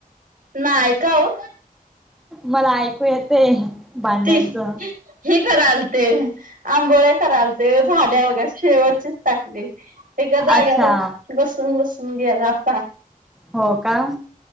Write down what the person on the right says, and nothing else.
नाय. का ओ?
ती हे करालते. आंबोळ्या करायलते झाल्या बघा शेवटचीच टाकली. एका जाग्याला
बसून बसून हम गेला <inaudible>